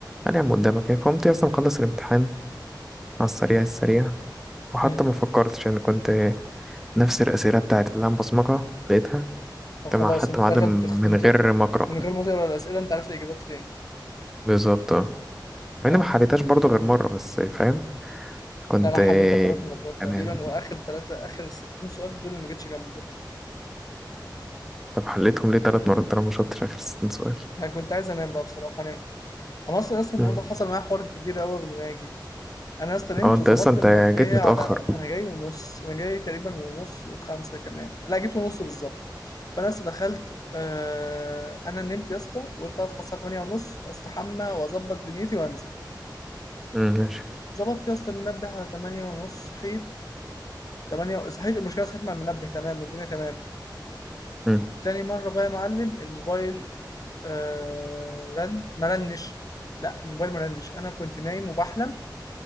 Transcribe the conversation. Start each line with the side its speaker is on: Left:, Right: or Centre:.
Centre: قال يا عم قدامك ايه فقمت اصلا مخلص الامتحان على السريع السريع وحتى
Left: امم
Centre: ما فكرتش يعني كنت نفس الاسئله بتاعت اللي انا بصمجها لقيتها
Left: فخلاص
Centre: حتى مع حتى
Left: انت
Centre: معادن
Left: دخلت خ-
Centre: من
Left: مت-
Centre: غير ما اقرا
Left: من غير ما تقرا الاسئله انت عارف الاجابات فين
Centre: بالظبط اه مع
Left: اه
Centre: اني ما حليتهاش برضو غير مره بس فاهم كنت
Left: لا انا حليتها ثلاث مرات تقريبا
Centre: انا
Left: واخر ثلاثه اخر 60 سؤال دول اللي ما جيتش جنبه
Centre: طب حليتهم ليه ثلاث مرات طالما ما شفتش اخر 60 سؤال
Left: ما كنت عايز انام بقى بصراحه انام انا اصلا اصلا النهارده
Centre: مم.
Left: حصل معايا حوار كبير قوي قبل ما اجي انا يا اسطى نمت
Centre: اه انت
Left: وظبطت
Centre: اصلا انت
Left: منبهي
Centre: جيت متاخر
Left: على انا جاي ونص انا جاي تقريبا ونص وخمسه كمان لا جيت ونص بالظبط فانا لسه دخلت آه انا نمت يا اسطى وقلت هصحى الساعه 8 ونص استحمى واظبط دنيتي وانزل
Centre: مم، ماشي
Left: ظبطت يا اسطى المنبه على 8 ونص صحيت 8 صحيت المشكله صحيت مع المنبه تمام والدنيا تمام
Centre: مم.
Left: تاني مره بقى يا معلم الموبايل آه رن ما رنش لا الموبايل ما رنش انا كنت نايم وبحلم